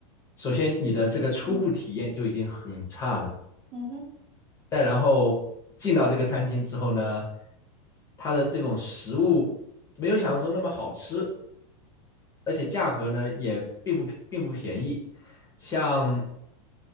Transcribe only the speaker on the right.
嗯嗯哼